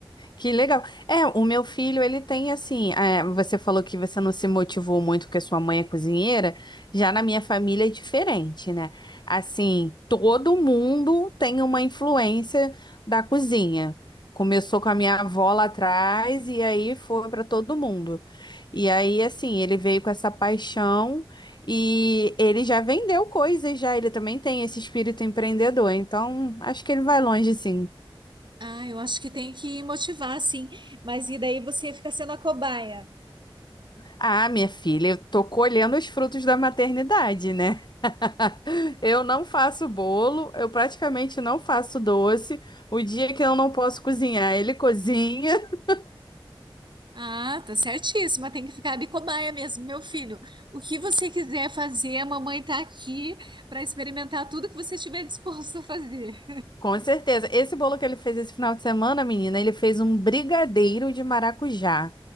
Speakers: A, on the left (about 50°); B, on the right (about 55°).
A: Que legal. É, o meu filho, ele tem assim. é, você falou que você não se motivou muito porque sua mãe é cozinheira. Já na minha família é diferente, né? Assim, todo mundo tem uma influência da cozinha. Começou com a minha avó lá atrás e aí foi para todo mundo. E aí, assim, ele veio com essa paixão e ele já vendeu coisas já. Ele também tem esse espírito empreendedor. Então, acho que ele vai longe, sim.
B: Ah, eu acho que tem que motivar, sim. Mas e daí você fica sendo a cobaia?
A: Ah, minha filha, eu tô colhendo os frutos da maternidade, né? <laughs> Eu não faço bolo, eu praticamente não faço doce. O dia que eu não posso cozinhar, ele cozinha. <laughs>
B: Ah, tá certíssima. Tem que ficar de cobaia mesmo, meu filho. O que você quiser fazer, a mamãe tá aqui para experimentar tudo que você tiver disposto a fazer.
A: Com certeza. Esse bolo que ele fez esse final de semana, menina, ele fez um brigadeiro de maracujá,